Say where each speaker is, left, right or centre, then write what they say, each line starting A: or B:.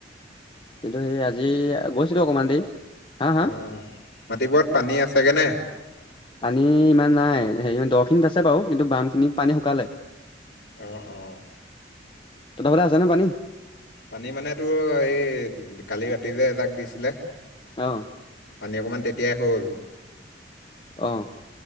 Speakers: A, on the left (about 30°); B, on the left (about 70°).
A: কিন্তু সেই আজি গৈছিলো অকমান দেৰি। হা হা
B: অ', মাটিবোৰত পানী আছেগে নে?
A: পানী ইমান নাই, হেৰি দো খিনিত আছে বাৰু, কিন্তু বাম খিনিত পানী শুকালে।
B: অ', অ',
A: তহঁতৰ ফালে আছে নে পানী?
B: পানী মানে তোৰ, এই কালি ৰাতি যে এজাক দিছিলে।
A: অ
B: পানী অকণমান তেতিয়াই হ'ল।
A: অ',